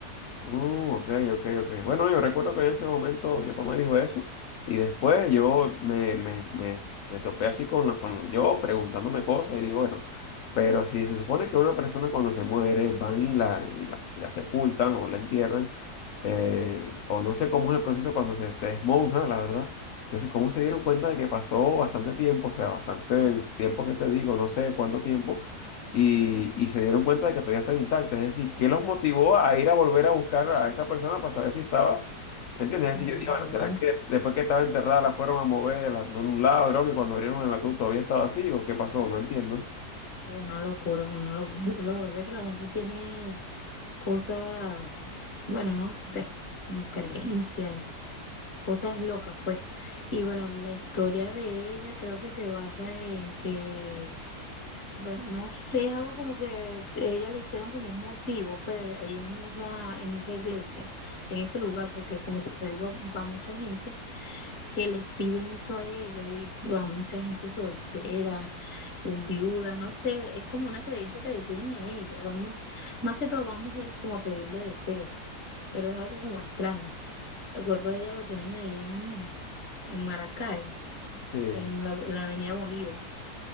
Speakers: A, on the left; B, on the left.
A: Mm, ok, ok, ok. Bueno, yo recuerdo que en ese momento mi papá me dijo eso y después yo me, me, me, me topé así con, lo- con yo preguntándome cosas y digo, bueno, pero si se supone que una persona cuando se muere van y la, y la, y la sepultan o la entierran, eh, o no sé cómo es el proceso cuando se, se es monja, la verdad. Entonces, ¿cómo se dieron cuenta de que pasó bastante tiempo? O sea, bastante tiempo que te digo, no sé cuánto tiempo y, y se dieron cuenta de que todavía estaba intacta. Es decir, ¿qué los motivó a ir a volver a buscar a esa persona para saber si estaba? ¿Me entiendes?
B: Ay,
A: Es decir, yo dije, bueno,
B: mierda.
A: ¿será que después que estaba enterrada la fueron a mover de la- de un lado, broma, y cuando abrieron el ataúd todavía estaba así o qué pasó? No entiendo.
B: Una locura, una locura. <laughs> Lo que pasa es que la gente tiene cosas, bueno, no sé, como creencias, cosas locas, pues. Y bueno, la historia de ella creo que se basa en que Bueno, no sé, es algo como que ella le hicieron como un motivo, pues, ahí en esa, en esa iglesia, en ese lugar, porque como te digo, va mucha gente que les pide mucho a ella y va mucha gente soltera, eh, viuda, no sé, es como una creencia que le tienen a ella, van, mu- más que todo van mujeres como a pedirle deseos, pero es algo como extraño. El cuerpo de ella lo tienen ahí en, en Maracay,
A: Sí.
B: en la la Avenida Bolívar.